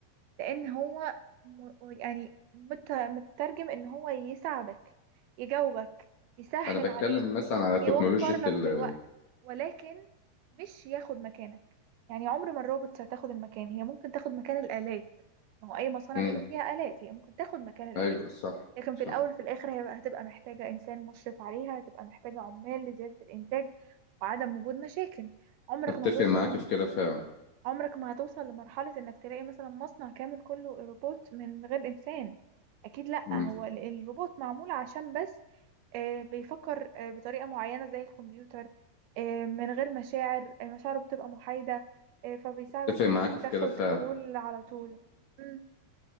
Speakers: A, on the right; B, on the left.
A: لان هو م- يعني مت- مترجم ان هو يساعدك يجاوبك يسهل
B: انا بتكلم
A: عليك
B: مثلا على تكنولوجيا
A: يوفر لك
B: ال
A: في الوقت ولكن مش ياخد مكانك يعني عمر ما الروبوتس هتاخد المكان هي ممكن تاخد مكان الآلات ما هو اي مصانع
B: مم.
A: بيبقى فيها آلات هي ممكن تاخد مكان الآلات
B: ايوه صح
A: لكن
B: صح
A: في الاول في الاخر هي هتبقى محتاجة انسان مشرف عليها هتبقى محتاجة عمال لزيادة الانتاج وعدم وجود مشاكل عمرك
B: اتفق
A: ما هتوصل
B: معاك في كده فعلا
A: عمرك ما هتوصل لمرحلة انك تلاقي مثلا مصنع كامل كله روبوت من غير انسان اكيد لا
B: مم.
A: هو ال- الروبوت معمول عشان بس آه، بيفكر آه، بطريقة معينة زي الكمبيوتر آه، من غير مشاعر آه، مشاعره بتبقى محايدة آه، فبيساعدك
B: اتفق
A: في
B: معاك
A: انك
B: في
A: تاخد
B: كده فعلا
A: حلول على طول مم.